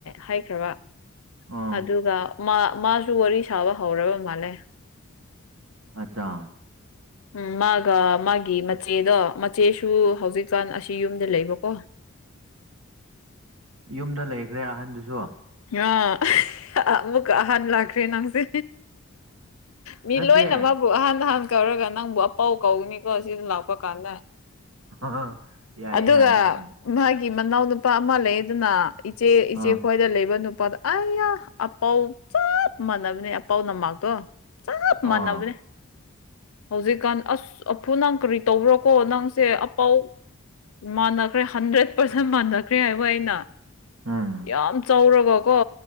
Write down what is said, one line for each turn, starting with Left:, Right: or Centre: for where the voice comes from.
Left: ꯍꯥꯏꯈ꯭ꯔꯕ
Right: ꯑꯥ
Left: ꯑꯗꯨꯒ ꯃꯥꯁꯨ ꯋꯥꯔꯤ ꯁꯥꯕ ꯍꯧꯔꯕ ꯃꯥꯜꯂꯦ
Right: ꯑꯆꯥ
Left: ꯎꯝ ꯃꯥ ꯃꯥꯒꯤ ꯃꯆꯦꯗꯣ ꯃꯆꯦꯁꯨ ꯍꯧꯖꯤꯛꯀꯥꯟ ꯑꯁꯤ ꯌꯨꯝꯗ ꯂꯩꯕꯀꯣ
Right: ꯌꯨꯝꯗ ꯂꯩꯈ꯭ꯔꯦ ꯑꯍꯟꯗꯨꯁꯨ
Left: ꯑꯥ ꯑꯃꯨꯛ ꯑꯍꯥꯟꯕ ꯂꯥꯛꯈ꯭ꯔꯦ ꯅꯪꯁꯦ ꯃꯤ
Right: ꯅꯠꯇꯦ
Left: ꯂꯣꯏꯅꯃꯛꯕꯨ ꯑꯍꯟ ꯑꯍꯟ ꯀꯧꯔꯒ ꯅꯪꯕꯨ ꯑꯄꯧ ꯀꯧꯒꯅꯤꯀꯣ ꯁꯤꯗ ꯂꯥꯛꯄ ꯀꯥꯟꯗ
Right: ꯍ ꯌꯥꯏꯅꯦ
Left: ꯑꯗꯨꯒ
Right: ꯑ ꯑꯗꯨꯨ ꯁꯨ
Left: ꯃꯥꯒꯤ ꯃꯅꯥꯎ ꯅꯨꯄꯥ ꯑꯃ ꯂꯩ ꯑꯗꯨꯅ ꯏꯆꯦ ꯏꯆꯦ
Right: ꯑꯥ
Left: ꯈꯣꯏꯗ ꯂꯩꯕ ꯅꯨꯄꯥꯗꯣ ꯑꯩꯌꯥ ꯑꯄꯥꯎ ꯆꯞ ꯃꯥꯟꯅꯕꯅꯦ ꯑꯄꯥꯎ ꯅꯄꯥꯛꯇꯣ ꯆꯞ ꯃꯥꯟꯅꯕꯅꯦ
Right: ꯑꯥ
Left: ꯍꯧꯖꯤꯛꯀꯥꯟ ꯑꯁ ꯑꯐꯨ ꯅꯪ ꯀ꯭ꯔꯤ ꯇꯧꯕ꯭ꯔꯣ ꯀꯣ ꯅꯪꯁꯦ ꯑꯄꯧ ꯃꯥꯟꯅꯈ꯭ꯔꯦ ꯍꯟꯗ꯭ꯔꯦꯠ ꯄꯥꯔꯁꯦꯟ ꯃꯥꯟꯅꯈ꯭ꯔꯦ ꯍꯥꯏꯕ ꯑꯩꯅ
Right: ꯎꯝ
Left: ꯌꯥꯝ ꯆꯥꯎꯔꯒꯀꯣ